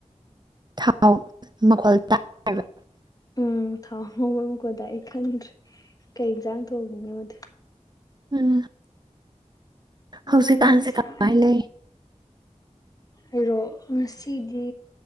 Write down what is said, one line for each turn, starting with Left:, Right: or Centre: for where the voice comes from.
Right: ꯊꯥꯎ ꯃꯈꯣꯜ ꯇꯕ
Left: ꯎꯝ ꯊꯥ ꯍꯣꯡ ꯑꯃꯀꯣꯗꯥ ꯑꯩ ꯈꯟꯗ꯭ꯔꯦ ꯀꯩ ꯌꯦꯟꯖꯥꯡ ꯊꯣꯡꯒꯅꯤ ꯃꯗꯨ
Right: ꯎꯝ ꯍꯧꯧꯁꯤ
Left: ꯋꯥꯔꯦ
Right: ꯀꯥꯟꯁꯦ
Left: ꯉꯁꯥꯏꯗꯩ
Right: ꯀꯕꯥꯥꯏ ꯂꯩ
Left: ꯑꯩꯔꯣ ꯉꯁꯤꯗꯤ